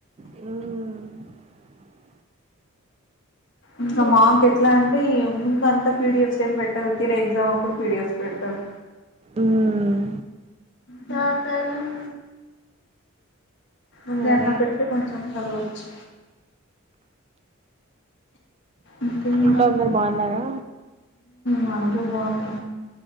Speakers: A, on the right; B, on the left.
A: ఉవు
B: ఇంకా మాకు ఎట్లా అంటే ముందంతా పీడిఎఫ్ ఏం పెట్టారుర ఎగజామ్ అప్పుడు పీడిఎఫ పెట్టారు
A: ఊమ్
B: పాతనం ఉంది
A: సరే
B: అన్న పెడితే కొంచెం చదవచ్చు ఇంకేం
A: ఇంట్లో అందరు బాగున్నారా
B: నందు బోని